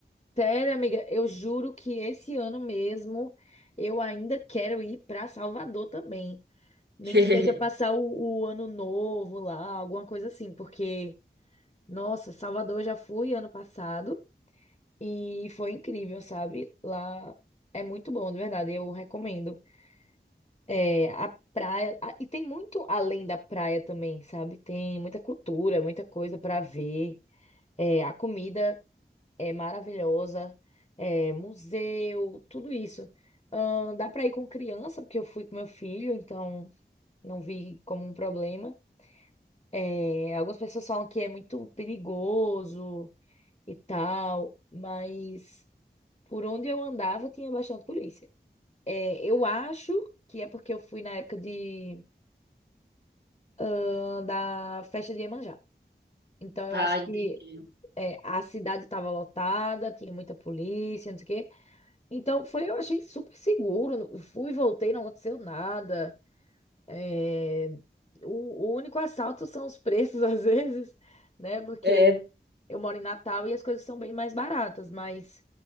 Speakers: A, on the left; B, on the right.
A: Sério, amiga, eu juro que esse ano mesmo eu ainda quero ir para Salvador também. Nem
B: <laughs>
A: que seja passar o, o ano novo lá, alguma coisa assim, porque, nossa, Salvador eu já fui ano passado e foi incrível, sabe? Lá é muito bom, de verdade, eu recomendo. É, a praia, a- e tem muito além da praia também, sabe? Tem muita cultura, muita coisa para ver. É, a comida é maravilhosa, é museu, tudo isso. Ahn, dá para ir com criança, porque eu fui com meu filho, então não vi como um problema. É, algumas pessoas falam que é muito perigoso e tal, mas por onde eu andava tinha bastante polícia. É, eu acho que é porque eu fui na época de, ahn, da festa de Iemanjá. Então eu
B: Ah,
A: acho
B: entendi.
A: que é, a cidade estava lotada, tinha muita polícia, não sei o quê. Então, foi, eu achei super seguro. não- Fui, voltei, não aconteceu nada. É, o, o único assalto são os preços, <laughs> às vezes, né? Porque
B: É,
A: eu moro em Natal e as coisas são bem mais baratas, mas